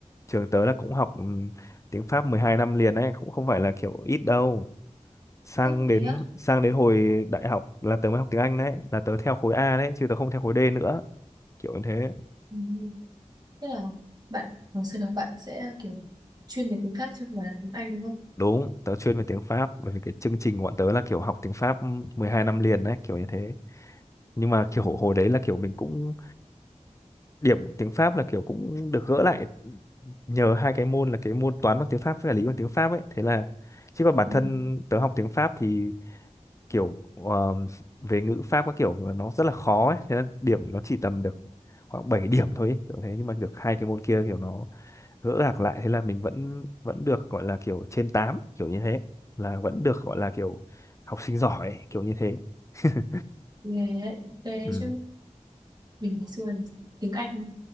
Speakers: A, on the left; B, on the right.
A: trường tớ là cũng học ừm, tiếng Pháp 12 năm liền đấy cũng không phải là kiểu ít đâu sang
B: Ủa,
A: đến
B: thế á?
A: sang đến hồi đại học là tớ mới học tiếng Anh đấy là tớ theo khối A đấy chứ tớ không theo khối D nữa kiểu như thế
B: Ừ. Tức là bạn hồi xưa là bạn sẽ kiểu chuyên về tiếng Pháp chứ không phải là tiếng Anh đúng không?
A: Đúng, tớ chuyên về tiếng Pháp bởi vì cái chương trình của bọn tớ là kiểu học tiếng Pháp 12 năm liền đấy, kiểu như thế. Nhưng mà kiểu
B: Ừ.
A: hồi đấy là kiểu mình cũng điểm tiếng Pháp là kiểu cũng được gỡ lại nhờ hai cái môn là cái môn toán bằng tiếng Pháp với cả lý bằng tiếng Pháp ấy. Thế là chứ còn bản
B: Ừ.
A: thân tớ học tiếng Pháp thì kiểu um, về ngữ Pháp các kiểu là nó rất là khó ấy, thế là điểm nó chỉ tầm được khoảng 7 điểm thôi ấy, kiểu thế nhưng mà được hai cái môn kia kiểu nó gỡ gạc lại thế là mình vẫn vẫn được gọi là kiểu trên tám kiểu như thế là vẫn được gọi là kiểu học sinh giỏi kiểu như thế <laughs>
B: Nghe đấy, ghê đấy
A: ừ
B: chứ mình ngày xưa thì tiếng Anh